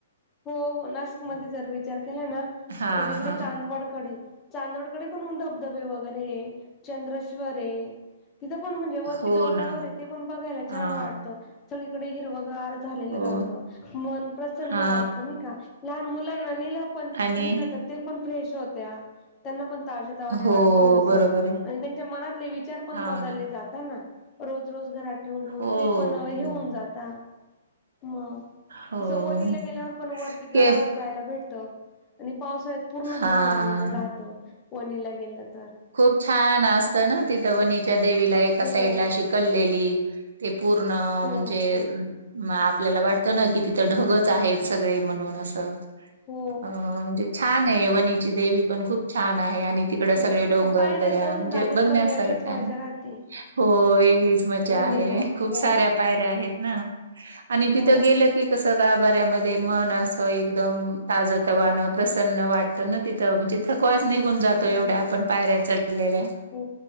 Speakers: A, on the left; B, on the right.
A: हो हो नाशिकमध्ये जर विचार केला ना
B: हा
A: तर इकडे
B: हा
A: चांदवडकडे. चांदवडकडे पणहुन धबधबे वगैरे ये चंद्रेश्वर ये. तिथं पण म्हणजे वरती
B: हो
A: डोंगरावर
B: ना
A: आहे ते पण बघायला
B: हा
A: छान वाटत. सगळीकडे हिरवगार झालेलं
B: हो
A: राहत मन प्रसन्न
B: हा
A: वाटतं नाही का. लहान मुलांना नेलं पण
B: आणि
A: नेलं तर ते पण फ्रेश होतयां. त्यांना पण ताजे तवाने
B: हो
A: वाटतं थोडसं
B: बरोबर आहे.
A: आणि त्यांच्या मनातले विचार पण
B: हाव
A: बदालेत.
B: ना
A: जाता ना रोज रोज घरात ठेवून ठेवून
B: हो
A: ते पण हे
B: हो
A: होऊन जातात. मगतसं
B: हो
A: वनीला गेल्यावर पण वरती गडावर.
B: के
A: जायला भेटतं आणि पावसाळ्यात पूर्ण
B: हा
A: धुकं आलेलं राहतं वणीला गेलात.
B: खूप छान असतं ना तिथं वनीच्या देवीला एका
A: हो
B: साईडला अशी कललेली. ते पूर्ण
A: हो
B: म्हणजे अ''--'' मं आपल्याला वाटतं ना कि तिथं ढगच आहेत सगळे म्हणून असं.
A: हो
B: अ म्हणजे छान आहे वणीची देवी पण खूप छान आहे आणि तिकडं.
A: हो
B: सगळे
A: हो
B: डोंगर
A: पायऱ्या
B: दऱ्या
A: चढून
B: म्हणजे
A: जाण्यात
B: बघण्यासारखं
A: पण वेगळीच मजा
B: आहे
A: राहते.
B: हो वेगळीच मजा. माझ्या
A: वणीला
B: च्या आहे खुप
A: हो
B: साऱ्या पायऱ्या आहेत ना आणि
A: हो
B: तिथं गेलं की कसं स गा''--'' वाऱ्या मध्ये मन असं एकदम ताज तवाणं प्रसन्न वाटतं ना तिथं म्हणजे. थकवास निघून जातो
A: हो.
B: एवढ्या आपण पायऱ्या चढलेल्या.
A: हो